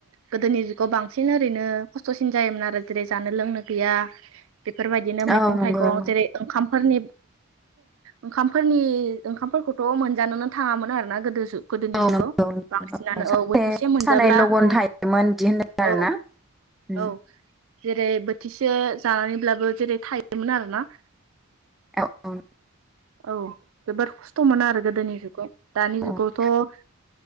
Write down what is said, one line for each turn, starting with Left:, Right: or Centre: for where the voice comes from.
Right: गोदोनि जुगाव बांसिन ओरैनो खस्थ'सिन जायोमोन आरो जेरै जानो लोंनो गैया। बेफोरबायदिनो मैगं
Centre: औ नंगौ
Right: थाइगं
Centre: नंगौ
Right: जेरै ओंखामफोरनि ओंखाम। फोरनि ओंखामफोरखौथ' मोनजानोनो थाङामोन आरोना गोदो जुग गोदोनि
Centre: औ
Right: जुगाव
Centre: नंगौ
Right: बांसिनानो
Centre: सासे
Right: औ बोथिसे मोनजाब्ला
Centre: सानै लगन
Right: औ
Centre: थायोमोन बिदि होनदों
Right: औ।
Centre: आरोना उम
Right: औ जेरै बोथिसे जानानैब्लाबो जेरै थायोमोन आरोना।
Centre: औ औ
Right: औ जोबोद खस्थ'मोन आरो गोदोनि जुगाव दानि जुगावथ'
Centre: औ